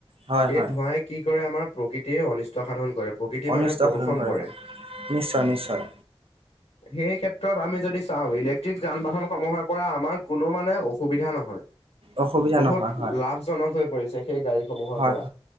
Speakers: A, on the right (about 65°); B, on the left (about 75°).
A: হয়। হয়
B: এই ধোঁৱাই কি কৰে আমাৰ প্ৰকৃতিয়ে অনিষ্ট সাধন কৰে। প্ৰকৃতি
A: অনিষ্ট
B: মানে প্ৰদূষণ
A: সাধন
B: কৰে।
A: হয় নিশ্চয় নিশ্চয়
B: সেই ক্ষেত্ৰত আমি যদি চাওঁ ইলেক <unintelligible> যান বাহন সমূহৰ পৰা আমাৰ কোনো মানে অসুবিধা নহয়,
A: অসুবিধা
B: বহুত
A: নহয় হয়
B: লা লাভজনক হৈ পৰিছে সেই গাড়ীসমূহৰ
A: হয়
B: পৰা।